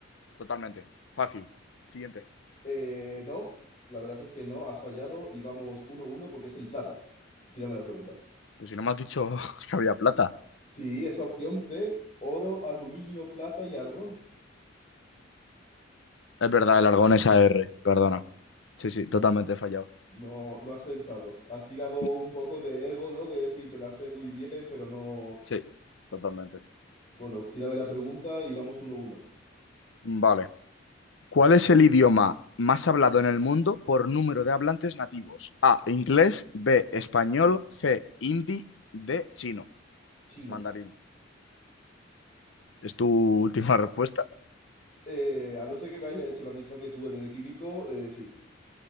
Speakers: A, on the left; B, on the left.
A: totalmente. Fácil. Siguiente.
B: Eh, no, la verdad es que no, has fallado y vamos uno uno porque es el plata. Tírame la pregunta.
A: Pues si no me has dicho <laughs> que había plata.
B: Sí, es la opción C, oro, aluminio, plata y argón.
A: Es verdad, el argón es A R. perdona. Sí, sí, totalmente fallado.
B: No, no has pensado. Has tirado
A: Sí,
B: un poco de ego, ¿no? De decir, me la sé muy bien, pero no.
A: sí, totalmente.
B: Bueno, tírame la pregunta y vamos uno uno.
A: Vale. ¿Cuál es el idioma más hablado en el mundo por número de hablantes nativos? A, inglés, B, español, C, hindi, D, chino,
B: Chino.
A: mandarín. ¿Es tu última respuesta?
B: Eh, a no ser que me haya hecho la misma que tú en el químico, eh, sí.